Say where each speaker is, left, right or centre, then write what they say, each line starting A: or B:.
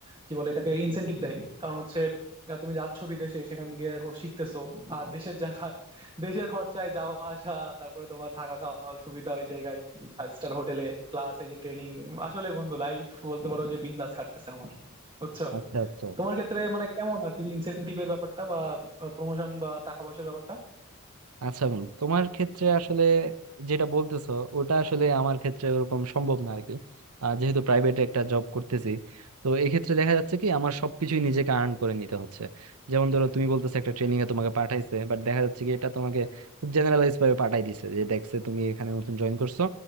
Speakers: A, on the right; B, on the right.
A: কি বলে এটাকে ইনসেনটিভ দেয় কারণ হচ্ছে আহ, তুমি যাচ্ছ বিদেশে সেখান গিয়ে খুব শিখতেছো আর দেশের জায়গা দেশের খরচায় যাওয়া আসা তারপরে তোমার থাকা খাওয়ার সুবিধা ওই জায়গায় ফাইভ স্টার হোটেলে প্লাস এই যে ট্রেনিং আসলে বন্ধু লাইফ বলতে পারো যে বিন্দাস কাটতেছে আমার বুঝছো
B: আচ্ছা আচ্ছা
A: তোমার ক্ষেত্রে মানে কেমন আর কি ইনসেনটিভের ব্যাপারটা বা প্রমোশন বা টাকা পয়সার ব্যাপারটা
B: আচ্ছা বোন তোমার ক্ষেত্রে আসলে যেটা বলতেছো ওটা আসলে আমার ক্ষেত্রে ওরকম সম্ভব না আরকি আহ, যেহেতু প্রাইভেটে একটা জব করতেছি তো এক্ষেত্রে দেখা যাচ্ছে কি আমার সবকিছুই নিজেকে আর্ন করে নিতে হচ্ছে যেমন ধরো তুমি বলতেছো একটা ট্রেনিং এ তোমাকে পাঠাইছে বাট দেখা যাচ্ছে কি এটা তোমাকে খুব জেনারেলাইজ ভাবে পাঠাই দিছে যে দেখছে তুমি এখানে নতুন জয়েন করছো